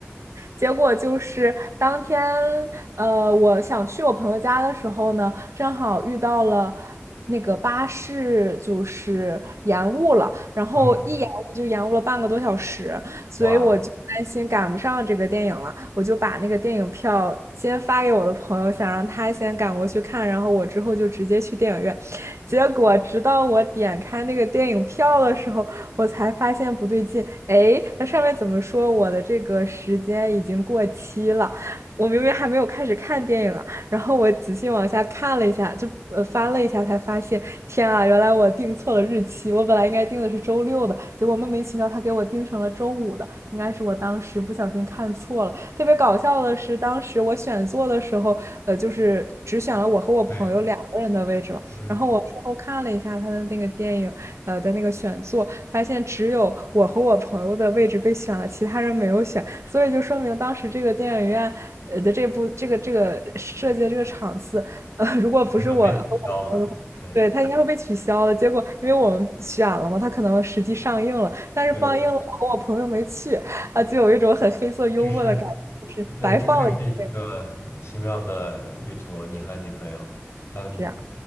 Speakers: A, on the right (about 80°); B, on the left (about 65°).
A: 结果就是当天，呃，我想去我朋友家的时候呢，正好遇到了那个巴士就是延误了，然后一延误就延误了半个多小时，
B: 嗯，
A: 所以我就担心赶不上这个电影了，
B: 哇，
A: 我就把那个电影票先发给我的朋友，想让他先赶过去看，然后我之后就直接去电影院。结果直到我点开那个电影票的时候，我才发现不对劲，哎，它上面怎么说我的这个时间已经过期了？我明明还没有开始看电影啊，然后我仔细往下看了一下，就呃翻了一下，才发现，天啊，原来我定错了日期，我本来应该定的是周六的，结果莫名其妙他给我定成了周五的，应该是我当时不小心看错了。特别搞笑的是，当时我选座的时候，呃，就是只选了我和我朋友两个人的位置嘛，
B: 对，嗯，
A: 然后我事后看了一下他的那个电影，呃的那个选座，发现只有我和我朋友的位置被选了，其他人没有选，所以就说明当时这个电影院，呃的这部这个这个设计的这个场次，呃，如果不是我和我朋友的话，
B: 可能被取消了，对。
A: 对，他应该会被取消的。结果因为我们选了嘛，他可能实际上映了，但是放映了，
B: 对，
A: 我和我朋友没去，啊，就有一种很黑色幽默的感觉，
B: 这是
A: 就是白放了一遍，
B: 对，这真是一个奇妙的旅途，你和你朋友，嗯，
A: 这样。